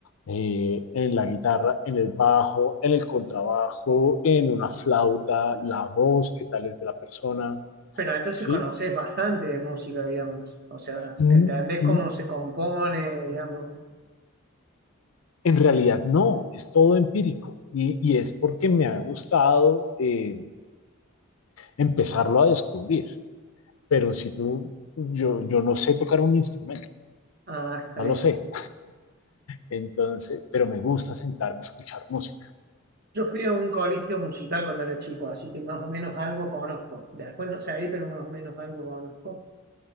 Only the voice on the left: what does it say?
eh, en la guitarra, en el bajo, en el contrabajo, en una flauta, la voz, qué tal es de la persona,
¿sí?
Mm,
mm,
en realidad no, es todo empírico y, y es porque me ha gustado eh, empezarlo a descubrir, pero si tú, yo, yo no sé tocar un instrumento,
no
lo sé, Entonces, pero me gusta sentarme a escuchar música.